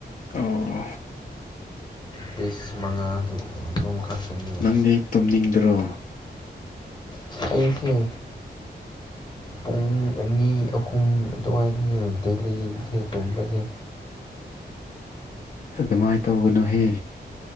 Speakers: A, on the left (about 50°); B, on the left (about 25°).
A: ꯑꯣ
B: ꯄꯤꯁ ꯃꯉꯥꯗꯨ ꯑꯗꯨꯝ ꯈꯠꯇꯅ‌ꯦ
A: ꯅꯪꯗꯤ ꯇꯨꯝꯅꯤꯡꯗ꯭ꯔꯣ
B: ꯑꯩꯁ‌ꯦ ꯄꯨꯡ ꯑꯅꯤ ꯑꯍꯨꯝ ꯑꯗꯨꯋꯥꯏꯗꯅꯦ ꯗꯦꯜꯂꯤ ꯁꯗ ꯇꯨꯝꯕꯖ‌ꯦ
A: ꯑꯗꯨꯃꯥꯏꯅ ꯇꯧꯒꯅꯨꯍꯦ